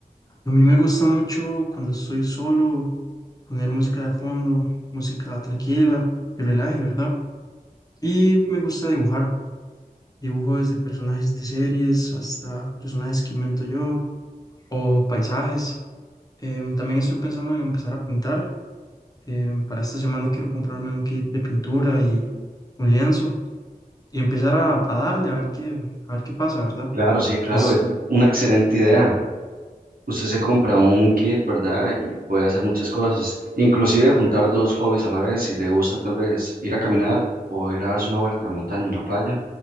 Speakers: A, on the left (about 25°); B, on the right (about 70°).
A: a mí me gusta mucho cuando estoy solo poner música de fondo, música tranquila, que relaje, ¿verdad? Y me gusta dibujar, dibujo desde personajes de series hasta personajes que invento yo o paisajes. Em, también estoy pensando en empezar a pintar. em, para esta semana quiero comprarme un kit de pintura y un lienzo y empezar a, a darle a ver qué, a ver qué pasa, ¿verdad?
B: Claro, sí, claro,
A: Y usted
B: es una excelente idea. Usted se compra un kit, ¿verdad? Y puede hacer muchas cosas, inclusive juntar dos hobbies a la vez, si le gusta tal vez ir a caminar o ir a darse una vuelta a la montaña, a la playa